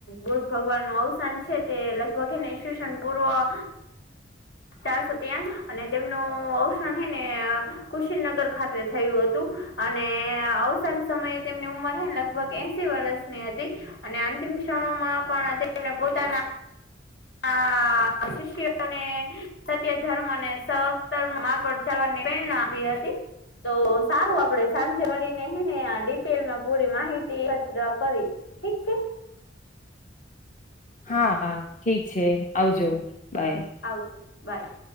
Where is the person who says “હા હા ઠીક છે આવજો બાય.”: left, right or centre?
Left